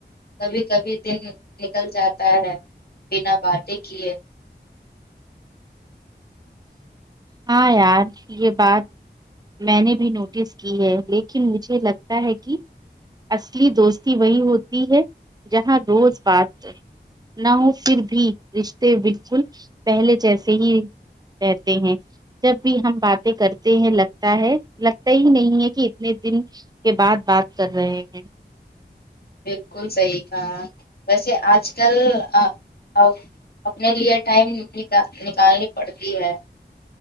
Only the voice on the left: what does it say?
کبھی کبھی دن نکل جاتا ہے بنا باتیں کئے
بالکل صحیح کہا ویسے آج کل ا او اپنے لیے ٹائم نک نکالنی پڑتی ہے